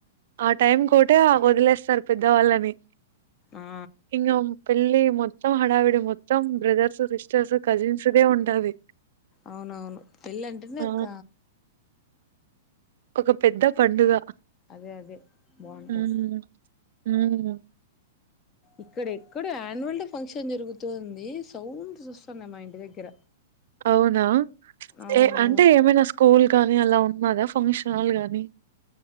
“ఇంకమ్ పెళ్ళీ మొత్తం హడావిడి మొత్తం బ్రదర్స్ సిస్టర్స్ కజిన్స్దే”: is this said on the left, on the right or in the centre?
Right